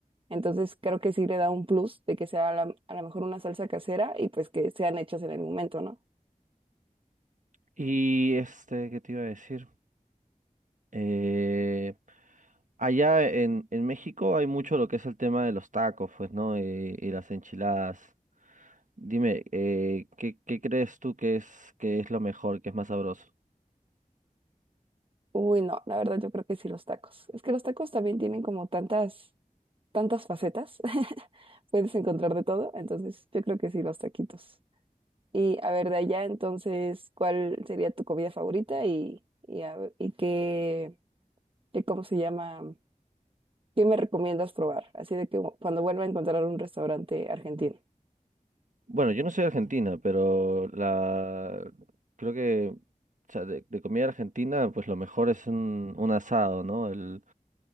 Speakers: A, on the right; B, on the right.
A: Entonces creo que sí le da un plus de que sea a la- a lo mejor una salsa casera y pues que sean hechas en el momento, ¿no?
B: Y este, ¿qué te iba a decir? Eh, allá en, en México hay mucho lo que es el tema de los tacos, pues, ¿no? Eh, y las enchiladas. Dime, eh, ¿qué, qué crees tú que es, que es lo mejor, que es más sabroso?
A: Uy, no, la verdad yo creo que sí los tacos. Es que los tacos también tienen como tantas tantas facetas, <laughs> puedes encontrar de todo, entonces yo creo que sí, los taquitos. Y a ver, de allá, entonces, ¿cuál sería tu comida favorita y, y, a ver- y qué, qué, cómo se llama, qué me recomiendas probar? Así de que cuando vuelva a encontrar un restaurante argentino.
B: Bueno, yo no soy argentina, pero la creo que o sea, de, de comida argentina, pues lo mejor es un, un asado, ¿no? El,